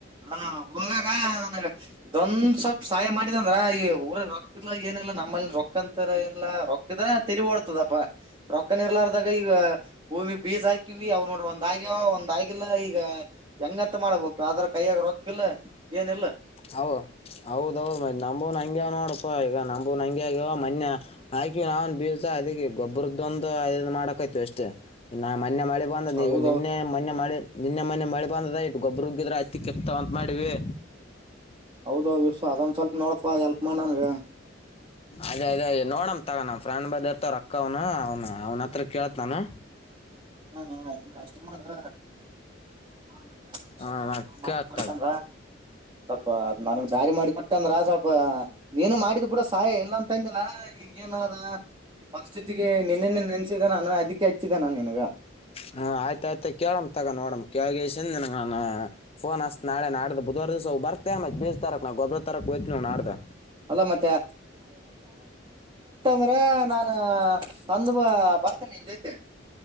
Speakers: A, on the right; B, on the left.
A: ಹ ಹದಾಗ ನನ ಇದೊಂದ ಸ್ವಲ್ಪ ಸಹಾಯ ಮಾಡಿದಂದ್ರ ಈ ಊರ ರೊಕ್ಕ ಇಲ್ಲ ಏನಿಲ್ಲ ನಮ್ಮಲ್ಲಿ ರೊಕ್ಕ ಅಂತರಏಿಲ್ಲ ರೊಕ್ಕದ ತಿಳಿ ಓಡ್ತದಪ್ಪ ರೊಕ್ಕ ನಿ ಇರ್ಲಾರ್ದಾಗ ಈಗ ಭೂಮಿ ಬೀಜ ಹಾಕಿವವಿ ಅವವು ನೋಡ್ರ ಒಂದ್ ಆ್ಯ ಒಂದ ಲ್ಲ ಈಗ ಹೆಂಗಂತ ಮಾಡ್ಬೇಕು ಅ್ರ ಕೈಯಾಗ ರೊಕ್ಕಿಲ್ಲ ಏನಿಲ್ಲ
B: ಹೌ ಹೌದೌದ್ ಮ್ ನಂಬೂನ್ ಹಂವ್ ನೋಡಪ್ಪಾ ಈಗ ನಂಬೂನ್ ಹಂಗೆ ಆಗ್ಯವ ಮನ್ ಹಾಕಿ ನಾವನ್ ಬೀಸ ಅದ ಗೊಬ್ಬರದೊಂದು ಮಾಡಕಯ್ತು ಅಷ್ಟೇ ನಾ ಮೆ ಮಾಡಿ ಇಂದ
A: ಹೌದೌ
B: ನಿನ್ನೆ ಮೊನ್ನೆ ಮಾಡಿ ನಿನ್ನೆ ಮೊನೆ ಮಳೆ ಬಂದದ ಇಟ್ಟು ಗೊಬ್ಬರು ಹಗ್ಗಿದ್ರೆ ಅತ್ತಿ ಕೆತ್ತ ಅಂತ ಮಾಡವಿ
A: ಹೌದ ವಿಶ್ವ ಅದೊಂದ್ ಸ್ವಲ್ಪ ನೋಡಪಾ ಎಲ್ಪ್ ಮಾಡ ನನ್ಗ
B: ಅದೇ ಅದೇ ನೋಡಮ ತಗ ನಮ್ಮ ಫ್ರೆಂಡ್ ಬಂದ ಇರ್ತವ ಅಕ್ಕ ಅವನು ಅವ್ನು ಅವ್ನ ಹತ್ರ ಕೇಳತ್ ನಾನು
A: ಹ ಇ ಅಷ್ಟ ಮಾಡ್ರ ಮತ್ತೆ ಸ್ವಲ್ಪ
B: ಹಾಂ
A: ಅಕೂ
B: ನಾ
A: ಮಾಡ್ಲಿ
B: ಕೇಳ್ತಾಗ
A: ಷ ಅಂದ್ರ ಸ್ವಪ ನನ್ಗ್ ದಾರಿ ಮಾಡಿ ಕೊಟ್ಟ ಅಂದ್ರ ಸ್ವಲ್ಪ ನೀನು ಮಾಡಿದ್ ಬಿೂಡ ಸಹಾಯ ಇಲ್ಲ ಅಂತ ಇಂದಿಲ್ಲಾ ಈಗ ಏನದ ಈ ಪರಿಸ್ಥಿತಿಗೆ ನಿನ್ನೆನ್ನೆ ನೆನೆಸಿದೆೆ ನಾನು ಅದಕ್ಕೆ ಹಚ್ಚಿದ್ದೆ ನಾನು ನಿನ್ಗ
B: ಹ್ಮ ಆಯ್ತ ಆಯ್ತು ಕೇಳಮ್ ತಗ ನೋಡ ಕೇಳಗ ನ ಫೋನ್ ಹಸ್ತ್ ನಾಳೆ ನಾಡ್ದ ಬುಧವಾರ ಬತ ಮ ಬ ತರ ನವು ಗೊಬರ ತರಕ್ಯ್ತ ನಡ್ದ
A: ಅಲ್ಲ ಮತ್ತೆ ಸರ ನಾನ ತಂದು ಬ ಬರ್ತೇನ ನಿನ್ ಜೈತೆ